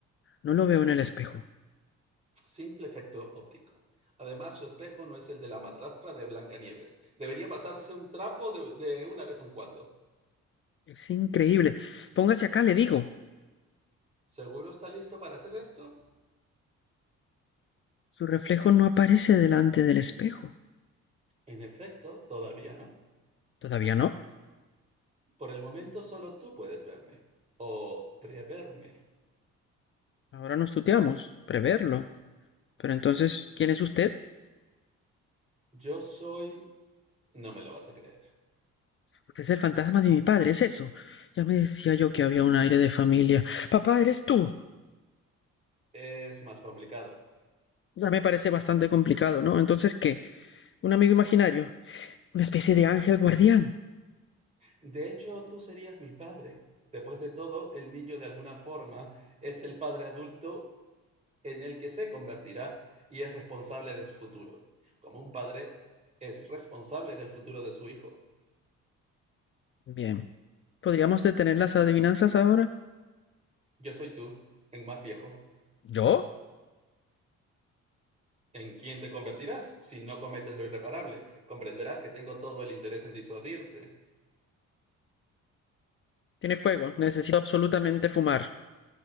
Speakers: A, on the left; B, on the right.
A: No lo veo en el espejo.
B: Simple efecto óptico. Además, su espejo no es el de la madrastra de Blancanieves. Debería pasarse un trapo de, de una vez en cuando.
A: Es increíble. Póngase acá, le digo.
B: ¿Seguro está listo para hacer esto?
A: Su reflejo no aparece delante del espejo.
B: En efecto, todavía no.
A: ¿Todavía no?
B: Por el momento solo tú puedes verme. O preverme.
A: Ahora nos tuteamos. Preverlo. Pero entonces, ¿quién es usted?
B: Yo soy... No me lo vas a creer.
A: Usted es el fantasma de mi padre, es eso. Ya me decía yo que había un aire de familia. Papá, eres tú.
B: Es más complicado.
A: Ya me parece bastante complicado, ¿no? Entonces, ¿qué? ¿Un amigo imaginario? ¿Una especie de ángel guardián?
B: De hecho, tú serías mi padre. Después de todo, el niño de alguna forma es el padre adulto en el que se convertirá y es responsable de su futuro. Como un padre es responsable del futuro de su hijo.
A: Bien. ¿Podríamos detener las adivinanzas ahora?
B: Yo soy tú, en más viejo.
A: ¿Yo?
B: ¿En quién te convertirás si no cometes lo irreparable? Comprenderás que tengo todo el interés en disuadirte.
A: Tiene fuego, necesito absolutamente fumar.